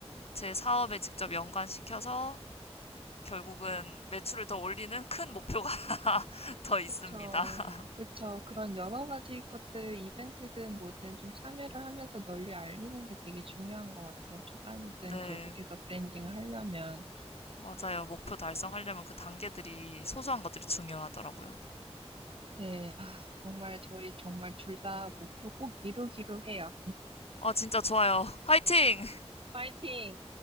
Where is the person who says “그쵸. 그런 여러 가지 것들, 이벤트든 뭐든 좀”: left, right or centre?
Right